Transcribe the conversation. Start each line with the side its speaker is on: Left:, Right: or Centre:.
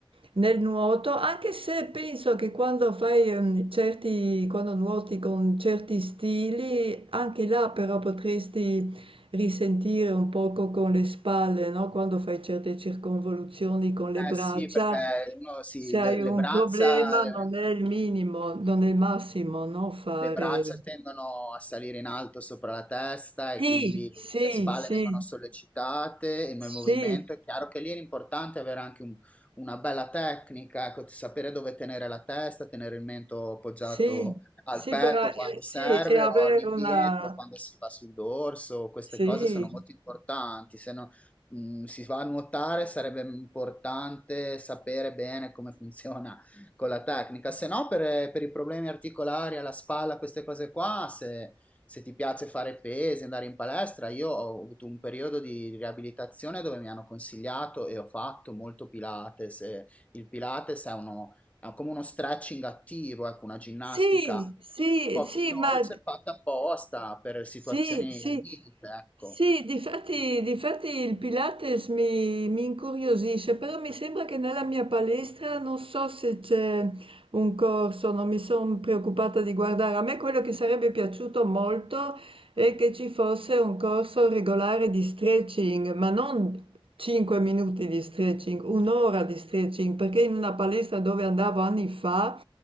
Right: nel nuoto, anche se penso che quando fai ehm, certi, quando nuoti con certi stili, anche là però potresti risentire un poco con le spalle, no? Quando fai certe circonvoluzioni con le braccia,
Left: Eh sì, perché uno si,
Right: se hai
Left: le,
Right: un
Left: le braccia,
Right: problema
Left: le-
Right: non è il minimo, non è il massimo, no? Fare...
Left: Le braccia tendono a salire in alto sopra la testa e
Right: Sì,
Left: quindi
Right: sì,
Left: le spalle
Right: sì,
Left: vengono sollecitate e nel movimento
Right: sì,
Left: è chiaro che lì è importante avere anche un- una bella tecnica, ecco, sapere dove tenere la testa, tenere il mento appoggiato
Right: sì,
Left: al
Right: sì,
Left: petto
Right: bra-
Left: quando
Right: sì,
Left: serve
Right: e avere
Left: o all'indietro
Right: una,
Left: quando si va sul dorso, queste
Right: sì,
Left: cose sono molto importanti, se no, mm, si va a nuotare sarebbe importante sapere bene come funziona con la tecnica, se no per, per i problemi articolari alla spalla, queste cose qua, se, se ti piace fare pesi, andare in palestra, io ho avuto un periodo di riabilitazione dove mi hanno consigliato e ho fatto molto Pilates. e Il Pilates è uno, è come uno stretching attivo, ecco, una ginnastica
Right: Sì,
Left: un
Right: sì, sì,
Left: po' più dolce,
Right: ma
Left: fatta apposta per situazioni
Right: sì, sì,
Left: al limite, ecco.
Right: sì, difatti, difatti il Pilates mi, mi incuriosisce, però mi sembra che nella mia palestra non so se c'è un corso, non mi sono preoccupata di guardare. A me quello che sarebbe piaciuto molto è che ci fosse un corso regolare di stretching, ma non 5 minuti di stretching, un'ora di stretching, perché in una palestra dove andavo anni fa